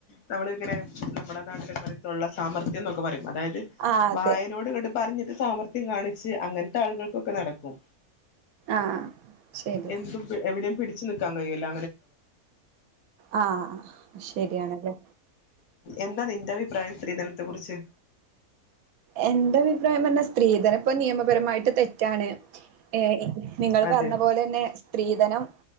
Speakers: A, on the left; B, on the right.
A: നമ്മള് ഇങ്ങനെ നമ്മുടെ നാടില് പോലെ തൊള്ള സാമർഥ്യം എന്നൊക്കെ പറയും അതായത്
B: ആഹ് അതെ
A: വായനോട് കട്ട് പറഞ്ഞിട്ട് സമാർഥ് കാണിച്ച് അങ്ങനത്തെ ആളുകൾക്കൊക്കെ നടക്കും
B: ആഹ് ശരിയാ
A: എന്തും എവിടെയും പിടിച്ച് നിക്കാൻ കഴിയുല്ല
B: ആഹ് ശരിയാണല്ലേ
A: എന്താ നിന്റെ അഭിപ്രായം സ്ത്രീധനത്തെ കുറിച്ച്
B: എന്റെ അഭിപ്രായം പറഞ്ഞാൽ സ്ത്രീധനം ഇപ്പോ നിയമപരമായിട്ട് തെറ്റാണ് ഏഹ് നിങ്ങൾ
A: അതെ
B: പറഞ്ഞ പോലെ തന്നെ സ്ത്രീധനം